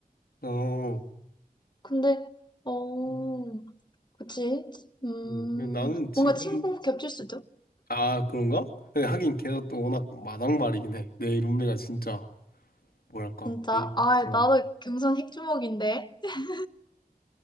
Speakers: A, on the left; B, on the left.
A: 어, 어.
B: 근데, 어,
A: 음,
B: 그치. 음,
A: 음, 나는 지금,
B: 뭔가 친구 겹칠 수도?
A: 아, 그런가? 근데 하긴 걔가 또 워낙 마당발이긴 해. 내 룸메가 진짜, 뭐랄까,
B: 진짜.
A: 되게,
B: 아,
A: 어.
B: 나도 경선 핵주먹인데. <laughs>